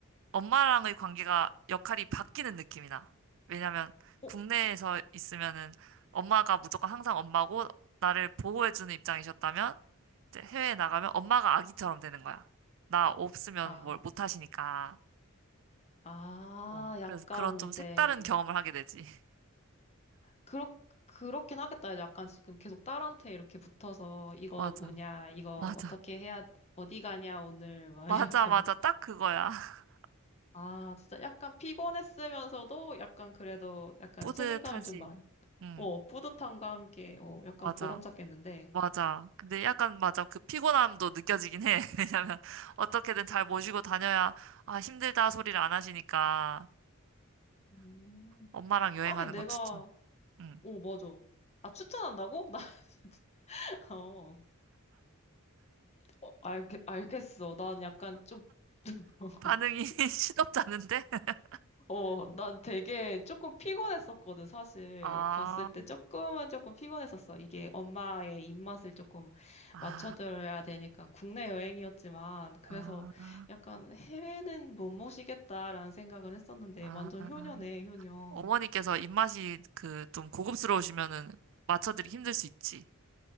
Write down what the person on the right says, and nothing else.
엄마랑의 관계가 역할이 바뀌는 느낌이 나. 왜냐면
국내에서 있으면은 엄마가 무조건 항상 엄마고 나를 보호해주는 입장이셨다면 이제 해외에 나가면 엄마가 아기처럼 되는 거야. 나 없으면
뭘 못 하시니까.
어, 그래서
그런 좀
색다른 경험을 하게 되지. <laughs>
맞아,
맞아,
맞아,
맞아. 딱 그거야. <laughs>
뿌듯하지.
응,
맞아.
맞아. 근데 약간 맞아. 그 피곤함도 느껴지긴 해. <laughs> 왜냐면 어떻게든 잘 모시고 다녀야 아 힘들다 소리를 안 하시니까
엄마랑 여행하는
거 추천. 응.
반응이 <laughs> 시덥지 않은데? <laughs>
아,
아,
아,
아.
어머니께서 입맛이 그 좀 고급스러우시면은 맞춰드리기 힘들 수 있지.